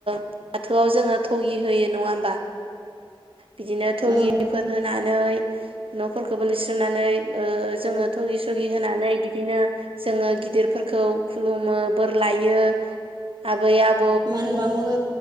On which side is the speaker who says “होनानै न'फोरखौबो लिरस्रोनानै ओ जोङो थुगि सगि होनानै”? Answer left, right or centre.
Right